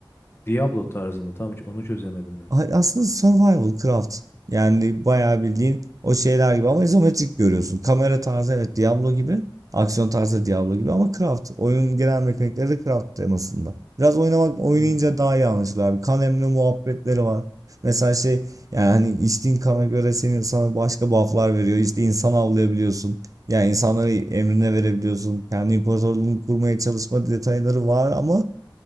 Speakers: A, on the left; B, on the right.
A: Diablo tarzı mı? Tam hiç onu çözemedim ben.
B: Aslında survival craft. Yani bayağı bildiğin o şeyler gibi ama izometrik görüyorsun. Kamera tarzı evet Diablo gibi. Aksiyon tarzı Diablo gibi ama craft. Oyunun genel mekanikleri de craft temasında. Biraz oynamak oynayınca
A: Hmm.
B: daha iyi anlaşılır abi. Kan emme muhabbetleri var. Mesela şey yani hani içtiğin kana göre senin sana başka buff'lar veriyor. İşte insan avlayabiliyorsun. Yani insanları emrine verebiliyorsun. Kendi imparatorluğunu kurmaya çalışma detayları var ama